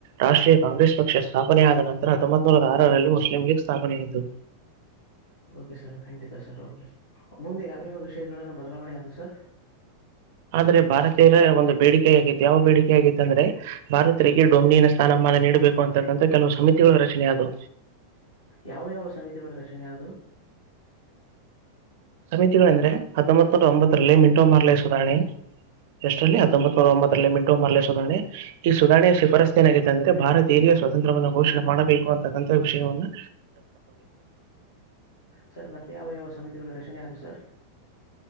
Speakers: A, on the right; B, on the left.
A: ರಾಷ್ಟ್ರೀಯ ಕಾಂಗ್ರೆಸ್ ಪಕ್ಷ ಸ್ಥಾಪನೆಯ ಆದ ನಂತರ ಹತ್ತೊಂಬತ್ತು ನೂರ ಆರರಲ್ಲಿ ಮುಸ್ಲಿಂ ಲೀಗ್ ಸ್ಥಾಪನೆ ಆಯ್ತು
B: ಓಕೆ ಸರ್ ಖಂಡಿತಾ ಸರ್ ಓಕೆ ಮುಂದೆ ಯಾವ್ಯಾವ ವಿಷಯಗಳನ್ನು ಬದಲಾವಣೆ ಆಗುತ್ತ ಸರ್
A: ಆದ್ರೆ ಭಾರತೀರ ಒಂದು ಬೇಡಿಕೆ ಆಗೈತಿ ಯಾವ ಬೇಡಿಕೆ ಹೇಗೈತ್ತ ಅಂದ್ರೆ ಭಾರತರಿಗೆ ಡೊಮಿನಿಯನ್ ಸ್ಥಾನಮಾನ ನೀಡುವ ಬೇಕು ಅಂತಕ್ಕಂಥ ಕೆಲವು ಸಮಿತಿಗಳ ರಚನೆ ಅದು
B: ಯಾವ ಯಾವ ಸಮಿತಿಗಳ ರಚನೆ ಅದವು
A: ಸಮಿತಿಗಳೆಂದ್ರೆ ಹತ್ತೊಂಬತ್ತು ಒಂಬತ್ತರಲ್ಲಿ ಮಿಂಟೋ ಮಾರ್ಲೇ ಸುಧಾನಿ ಎಷ್ಟರಲ್ಲಿ ಹತ್ತೊಂಬತ್ ನೂರ ಒಂಬತ್ತರಲ್ಲಿ ಮಿಂಟೊ ಮಾರ್ಲೆ ಸುಧಾರಣೆ ಈ ಸುಧಣೆ ಶಿಫಾರಸ್ ಏನಾಗಿತ್ತು ಅಂದ್ರೆ ಭಾರತ ಧೈರ್ಯಸ್ವಾತಂತ್ರ್ಯವನ್ನು ಘೋಷಣ ಮಾಡಬೇಕು ಅಂತಕ್ಕಂತಹ ವಿಷಯವನ್ನು
B: ಸರ್ ಮತ್ತೆ ಯಾವ ಯಾವ ಸಮಿತಿಗಳ ರಚನೆ ಅದುವು ಸರ್ <unintelligible>